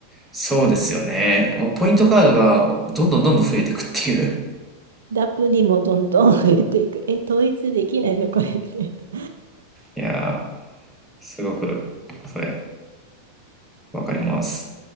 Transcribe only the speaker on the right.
でアプリもどんどん増えていく。え、統一できないのこれみたいな。